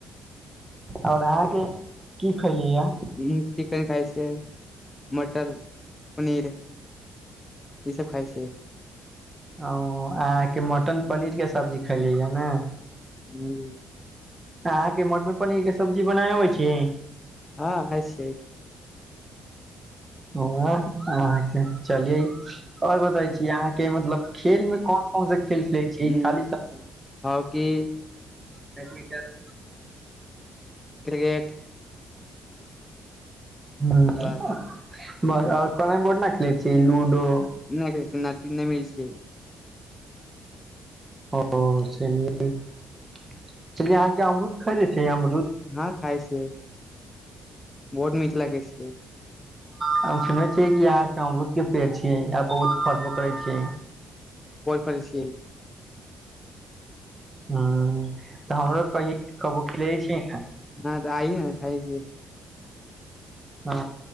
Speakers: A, on the right; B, on the left.
A: ओर अहाँके की खैली य
B: इही चिकन खाई छीय मटन पनीर ई सब खाइ छियै
A: ओ अहके मटन पनीर के सब्जी खली य ने
B: हँ
A: हँ के मटर पनीर के सब्जी बनाये अबे छै
B: हँ हइ छै
A: वहा अहाँके चलिये और बताछी अहाँके मतलब खेल मे कोन कोन सा खेल खेलै छी
B: हम्म,
A: खाली
B: हॉकी
A: बैडमिंटन
B: क्रिकेट
A: हु
B: बस
A: और कैरम बोर्ड ने खेलैत छियै लूडो
B: नय खालाई छै <unintelligible> मिल छियै
A: ओ चलिय चलिए अहाँके अमरुद खा छ अमरुद
B: ना खााय छियै बहुद मीठ लगे छियै
A: हम सुनै छियै कि अहाँके अमरुद के पेड़ छियै आ बहुत फरबो करै छै
B: वायफ्रेनड छी
A: हँ राहुलकबुकिलिछी
B: हँ दाई खाय दे
A: हँ